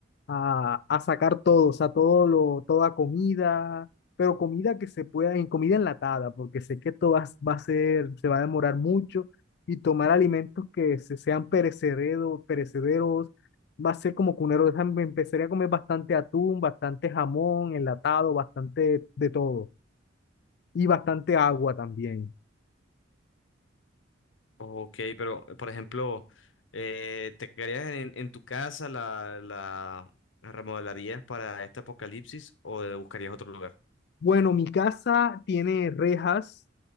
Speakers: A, on the left (about 55°); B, on the left (about 80°).
A: a, a- sacar todo, o sea, todo lo, toda comida, pero comida que se pueda, en comida enlatada, porque sé que esto va, a- va a ser, se va a demorar mucho, y tomar alimentos que se- sean perecederos, perecederos va a ser como cunero de esa- me empezaría a comer bastante atún, bastante jamón, enlatado, bastante de todo. Y bastante agua también.
B: Ok, pero por ejemplo, eh, ¿te quedarías en, en tu casa, la, la remodelarías para este apocalipsis o buscarías otro lugar?
A: Bueno, mi casa tiene rejas